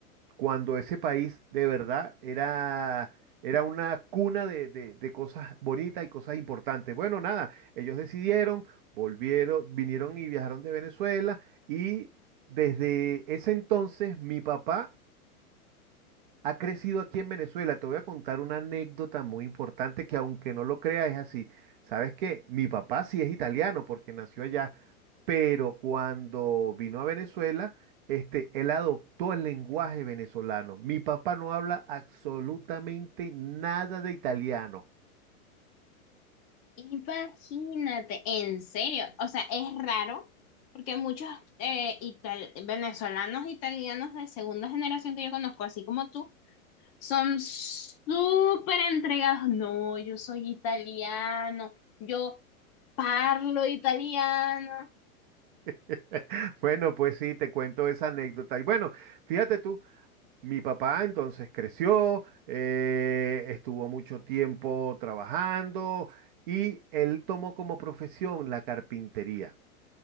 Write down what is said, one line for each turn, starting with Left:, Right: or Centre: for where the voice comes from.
Right: cuando ese país de verdad era, era una cuna de, de- de cosas bonitas y cosas importantes. Bueno, nada, ellos decidieron, volvieron, vinieron y viajaron de Venezuela y desde ese entonces mi papá ha crecido aquí en Venezuela. Te voy a contar una anécdota muy importante que aunque no lo creas es así. Sabes que mi papá sí es italiano porque nació allá, pero cuando vino a Venezuela, este, él adoptó el lenguaje venezolano. Mi papá no habla absolutamente nada de italiano.
Left: Imagínate, en serio, o sea, es raro porque muchos eh, ital- venezolanos, italianos de segunda generación que yo conozco, así como tú, son súper entregados. No, yo soy italiano, yo parlo italiano.
Right: <laughs> Bueno, pues sí, te cuento esa anécdota. Y bueno, fíjate tú, Mi papá entonces creció, eh, estuvo mucho tiempo trabajando y él tomó como profesión la carpintería.